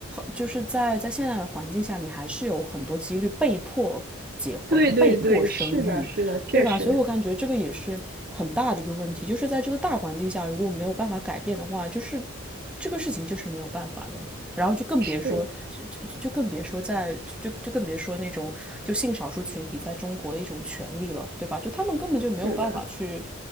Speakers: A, in the centre; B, on the right.
A: 就是在在现在的环境下，你还是有很多几率被迫结婚、
B: 对对对，
A: 被迫生育，
B: 是的，是的，确实
A: 对吧？所以我感觉这个也是很大的一个问题，就是在这个大环境下，如果没有办法改变的话，就是这个事情就是没有办法的。然后就更别说，
B: 是
A: 就就更别说在就就更别说那种就性少数群体在中国的一种权利了，对吧？就他们根本就没有办法去
B: 是的。